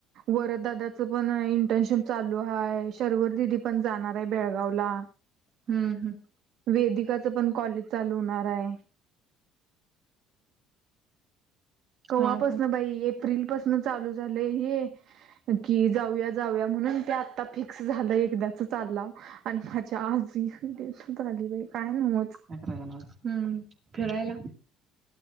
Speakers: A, on the right; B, on the right.
A: वरदादाच पण इंटर्नशिप चालू आहे, शर्वरी दिदी पण जाणार आहे बेळगावला
B: हमम हम.
A: वेदिकाचं पण कॉलेज चालू होणाराय. कव्हापासन
B: हा हा
A: बाई, एप्रिल पासन चालू झालंय हे कि जाऊया जाऊया म्हणून, ते आत्ता फिक्स झालं एकदाच चालाव. आणि माझ्या आज डेटच आली बाई, काय नव्हच.
B: काय करायला हमम फिरायला